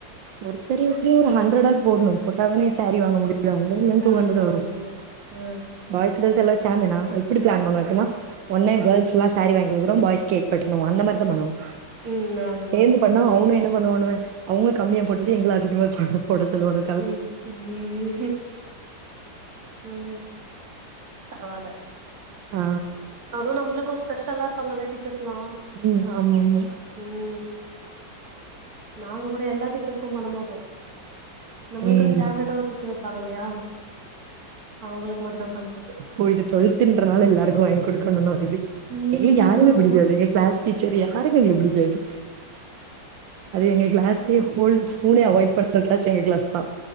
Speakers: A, on the right; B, on the right.
A: ஒருத்தர் எப்டியு ஒரு ஹண்ட்ரடாது போடணு போட்டா தானே சாரீ வாங்க முடியு <unintelligible> இருந்து டூ
B: ஆமா
A: ஹண்டிரென்ட் வரு
B: ஆமா ஆ
A: பாய்ஸ் கேள்ஸ் எல்லா சேந்து நாங்க இப்டி பிளான் பண்ணோ எப்டினா ஒன்னு கேள்ஸ்லா சாரி வாங்கி குடுக்குறோ பாய்ஸ் கேக் வெட்ணு அந்த மாரி தா பண்ணனு
B: ம் ஆமா
A: சேந்து பண்ணா
B: ம்
A: அவுனோ என்ன பண்ணுவானுவ அவுங்க கம்மியா போட்டுட்டு எங்கள அதிகமா போட சொல்லுவானா
B: ம் ம் ம் பரவால
A: ஆ
B: அதுவு நம்மளுக்கு ஸ்பெஷல்லா இருப்பாங்கல்ல டீச்சர்ஸ்லா
A: ம் ஆமா ஆமா
B: ம் நாங்க கூட எல்லா டீச்சர்சுக்கு பண்ணமாட்டோ நம்மளுக்குன்னு
A: ம்
B: ஃபேவரட்டா ஒரு டீச்சர் இர் பாகல்லையா அவுங்களுக்கு மட்டுந்தா பண்றது
A: ஒ இது டுவெல்துன்றனால எல்லாருக்கு வாங்கி கொடுக்கணும்னு வருது
B: ம்
A: எங்களுக்கு யாருமே
B: ஆமா
A: பிடிக்காது எ கிளாஸ் டீச்சர் யாரையுமே எங்ளுக்கு புடிக்காது அது எங்க கிளாஸ்லயே ஹோல் ஸ்கூலே அவாய்ட் பண்ற கிளாஸ் எங்க கிளாஸ் தா